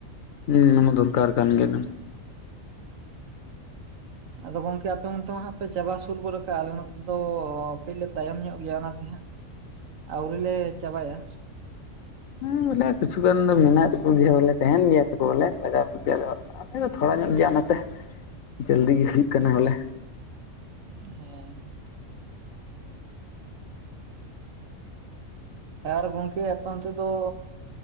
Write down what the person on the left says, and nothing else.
ᱦᱩᱸ ᱚᱱᱟ ᱫᱚᱨᱠᱟᱨ ᱠᱟᱱ ᱜᱮ ᱮᱠᱫᱚᱢ᱾
ᱦᱮ ᱵᱚᱞᱮ ᱠᱤᱪᱷᱩ ᱜᱟᱱ ᱫᱚ ᱢᱮᱱᱟᱜ ᱠᱟᱠᱚ ᱜᱮᱭᱟ ᱵᱚᱞᱮ ᱛᱟᱦᱮᱱ ᱜᱮᱭᱟ ᱠᱚ ᱵᱚᱞᱮ ᱞᱟᱜᱟᱣ <unintelligible> ᱟᱞᱮ ᱫᱚ ᱛᱷᱚᱲᱟ ᱧᱚᱜ ᱜᱮᱭᱟ ᱱᱚᱛᱮ᱾ ᱡᱟᱞᱫᱤ ᱜᱮ ᱦᱩᱭᱩᱜ ᱠᱟᱱᱟ ᱵᱚᱞᱮ